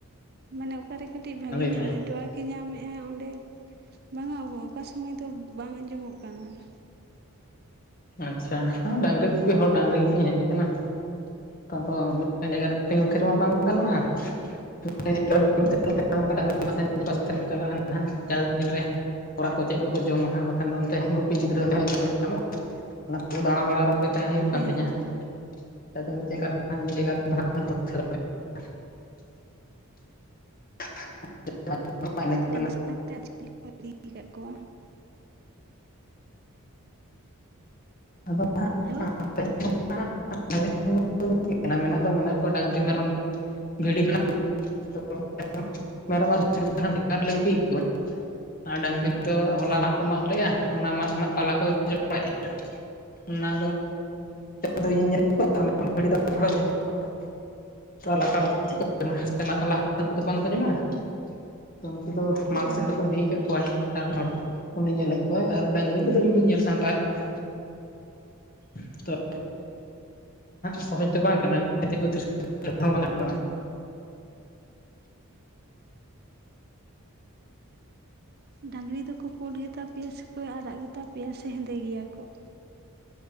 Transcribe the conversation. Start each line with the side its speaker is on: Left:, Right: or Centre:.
Right: ᱢᱟᱱᱮ ᱚᱠᱟᱨᱮ ᱠᱟᱹᱴᱤᱡ ᱵᱷᱟᱹᱜᱤ ᱧᱚᱜ
Left: ᱢᱮ
Right: ᱱᱮᱴ ᱱᱴᱣᱟᱨᱠ ᱮ ᱧᱟᱢᱮᱜᱼᱟ ᱚᱸᱰᱮ ᱵᱟᱝᱼᱟ ᱜᱳ ᱚᱠᱟ ᱥᱚᱢᱚᱭ ᱫᱚ ᱵᱟᱝ ᱟᱸᱡᱚᱢᱚᱜ ᱠᱟᱱᱟ ᱾
Left: ᱟᱪᱪᱷᱟ ᱰᱟᱹᱝᱨᱤ ᱜᱩᱯᱤ ᱦᱚᱲ ᱰᱟᱹᱝᱨᱤ ᱜᱩᱯᱤᱧ ᱦᱮᱡ ᱠᱟᱱᱟ ᱾ ᱛᱚ ᱟᱫᱚ ᱢᱤᱫᱴᱮᱱ ᱡᱟᱭᱜᱟ ᱨᱮ ᱛᱤᱸᱜᱩ ᱠᱷᱤᱨᱢᱟ ᱵᱟᱝ ᱜᱟᱱᱚᱜᱼᱟ ᱾ ᱢᱤᱫᱴᱮᱱ ᱡᱟᱭᱜᱟ ᱨᱮ ᱛᱤᱸᱜᱩ ᱛᱷᱤᱨ ᱞᱮᱠᱷᱟᱱ <unintelligible> ᱪᱟᱞᱟᱜᱼᱟ ᱱᱷᱟᱜ ᱪᱟᱞ ᱛᱤᱱᱨᱮ ᱚᱲᱟᱜ ᱠᱚ ᱪᱮᱜ ᱠᱚᱠᱚ ᱡᱚᱢᱟ ᱦᱟᱸᱜ ᱵᱟᱠᱷᱟᱱ ᱚᱱᱛᱮ ᱜᱩᱯᱤ ᱜᱤᱫᱽᱨᱟᱹ ᱜᱷᱟᱡ ᱜᱮ ᱧᱟᱢᱚᱜ ᱚᱱᱟ ᱛᱮᱜᱮ ᱫᱟᱬᱟ ᱵᱟᱲᱟ ᱨᱮᱜᱮ ᱛᱟᱦᱮᱸ ᱦᱩᱭᱩᱜ ᱠᱟᱱ
Right: ᱦᱮᱸ
Left: ᱛᱤᱧᱟᱹ ᱾ <unintelligible> <unintelligible>
Right: ᱰᱟᱹᱝᱨᱤ ᱥᱟᱶᱛᱮ ᱟᱨ ᱪᱤᱞᱤ ᱠᱚᱢ ᱤᱫᱤ ᱠᱟᱜ ᱠᱚᱣᱟ ᱾
Left: ᱟᱫᱚ ᱦᱟᱸᱜ
Right: ᱦᱮᱞᱳ
Left: <unintelligible> <unintelligible> ᱢᱮᱱᱟᱜ ᱫᱚ ᱠᱚᱣᱟ ᱰᱟᱹᱝᱨᱤ ᱢᱮᱨᱚᱢ ᱵᱷᱤᱰᱤ ᱠᱚ ᱱᱷᱟᱜ <unintelligible> ᱢᱮᱨᱚᱢ ᱟᱨ ᱵᱷᱤᱰᱤ ᱫᱚ ᱱᱷᱟᱜ ᱵᱷᱮᱜᱟᱨ ᱨᱮᱞᱮ ᱜᱩᱯᱤ ᱭᱮᱫ ᱠᱚᱣᱟ ᱾ ᱟᱨ ᱰᱟᱹᱝᱨᱤ ᱫᱚ ᱦᱚᱞᱟ ᱢᱟᱫ ᱠᱚ ᱢᱟᱜ ᱞᱮᱜᱼᱟ ᱚᱱᱟ ᱢᱟᱫ ᱨᱮᱱᱟᱜ ᱯᱟᱞᱟ ᱠᱚ ᱡᱚᱢ ᱵᱟᱲᱟᱭᱮᱜᱼᱟ ᱾ ᱚᱱᱟ ᱫᱚ ᱤᱧ <unintelligible> ᱞᱟᱛᱟᱨ ᱨᱮᱫᱚ ᱪᱮᱫ ᱠᱚ ᱢᱟᱫ <unintelligible> ᱵᱟᱝᱠᱚ ᱡᱚᱢᱟ ᱾ ᱛᱚ ᱩᱱᱠᱩ ᱫᱚ
Right: ᱚ
Left: ᱢᱟᱴ ᱥᱮᱫ ᱨᱮᱠᱚ ᱤᱫᱤ ᱠᱟᱜ ᱠᱚᱣᱟᱭ ᱟᱨ ᱢᱤᱫ ᱦᱚᱲ ᱾ ᱩᱱᱤ ᱧᱮᱞᱮᱫ ᱠᱚᱣᱟᱭ ᱟᱨ ᱰᱟᱹᱝᱨᱤ
Right: ᱦᱩᱸ
Left: ᱠᱚᱫᱚ ᱤᱧ
Right: ᱦᱩᱸ
Left: ᱜᱤᱧ ᱧᱮᱞ ᱥᱟᱢᱴᱟᱣᱮᱫ ᱠᱚᱣᱟ ᱾ ᱛᱚᱜ <unintelligible> ᱥᱚᱦᱚᱡ ᱫᱚ ᱵᱟᱝ ᱠᱟᱱᱟ <unintelligible>
Right: ᱰᱟᱹᱝᱨᱤ ᱫᱚᱠᱚ ᱯᱩᱸᱰ ᱜᱮ ᱛᱟᱯᱮᱭᱟ ᱥᱮ ᱟᱨᱟᱜ ᱜᱮ ᱛᱟᱯᱮᱭᱟ ᱥᱮ ᱦᱮᱸᱫᱮ ᱜᱮᱭᱟ ᱠᱚ ᱾